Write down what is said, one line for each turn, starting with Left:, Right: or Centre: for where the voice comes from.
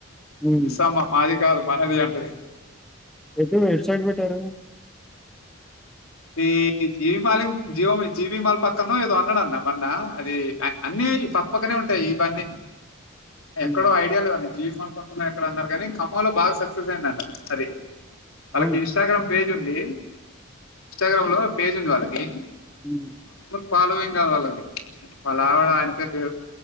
Centre: హ్మ్.
Left: మీసమా మాది కాల మనది అంటే
Centre: ఎద హడ్సైడ్ పెట్టారు
Left: అది జీవిమాలింగ్ జీబిమాల్ పక్కన ఏదో అన్నాడన్న మన్న అది అన్నిీ పక్కపక్కనే ఉంటాయి ఇవన్నీ
Centre: హ్మ్.
Left: ఎక్కడో ఐడియా లేదం జీవి మాల్ ఎక్కడ అన్నారు కానీ ఖమ్మం లో బాగా సక్సెస్ అయిందంట అది అళ్ళకి
Centre: అవునా?
Left: ఇన్స్టాగ్రామ్ పేజ్ ంది ఇన్స్టాగ్రామ్ లో పేజ్ ఉంది వాళ్ళకి
Centre: హ
Left: మామూలు ఫాలోయింగ్ కాదు వాళ్ళ అది వాళ్ళ ఆయనతో